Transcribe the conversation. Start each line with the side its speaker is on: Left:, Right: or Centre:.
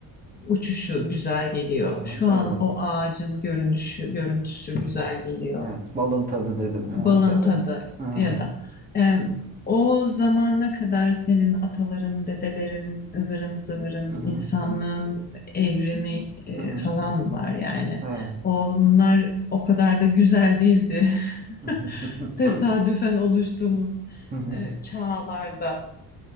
Left: uçuşu güzel geliyor.
Right: Hı hı.
Left: Şu an
Right: Evet.
Left: o ağacın görünüşü, görüntüsü güzel geliyor.
Right: Evet. Balın tadı dedim yani
Left: Balın
Right: ya da.
Left: tadı
Right: Hı hı.
Left: ya da e, o zamana kadar senin ataların, dedelerin, ıvırın zıvırın,
Right: Hı hı.
Left: insanlığın evrimi e,
Right: Hı hı.
Left: falan var yani.
Right: Evet.
Left: Onlar o kadar da güzel değildi. <laughs>
Right: <laughs>
Left: Tesadüfen oluştuğumuz
Right: Hı hı.
Left: e, çağlarda.